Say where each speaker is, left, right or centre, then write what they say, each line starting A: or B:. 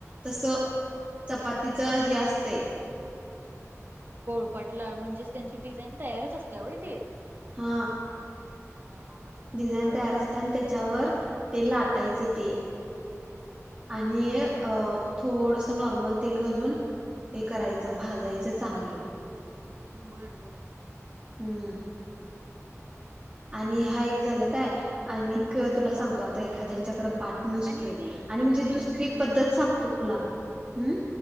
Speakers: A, on the right; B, on the right.
A: तसं. चपातीच हे असते.
B: पोळपटला म्हणजेच त्यांची डिझाईन तयारच असते होय ती.
A: हा
B: हा हा हा हा
A: डिझाईन
B: बर
A: तयार
B: बर
A: असते आणि त्याच्यावर ते लाट. टायचं ते. आणि अ थोडस नॉर्मल तेल घालून हे करायचं
B: हा
A: भाजायचं. चांगलं.
B: बर बर.
A: हम. आणि हा एक झालं काय आणि तुला सांगतो आता एखाद्याच्याकडे. पाठ नसतोय.
B: आणि ऐक की
A: आणि म्हणजे
B: ते
A: दुसरी पद्धत सांगतो तुला. हुम्म